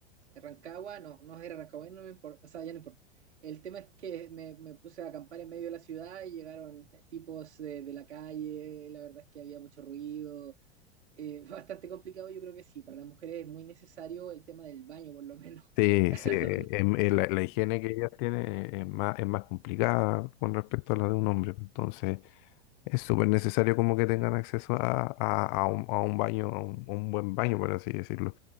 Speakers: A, on the right; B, on the left.
A: es Rancagua, no, no era Rancagua, no me importa, o sea, ya no importa. El tema es que me, me puse a acampar en medio de la ciudad y llegaron tipos de, de la calle, la verdad es que había mucho ruido, eh, <laughs> bastante complicado, yo creo que sí, para las mujeres es muy necesario el tema del baño por lo menos.
B: Sí,
A: <clears throat>
B: sí, em- eh, la, la higiene que ellas tienen eh, es más, es más complicada con respecto a
A: Ujú,
B: la de un hombre, entonces... Es súper necesario como que tengan acceso a, a- a un, a un baño, a un, un buen baño, por así decirlo.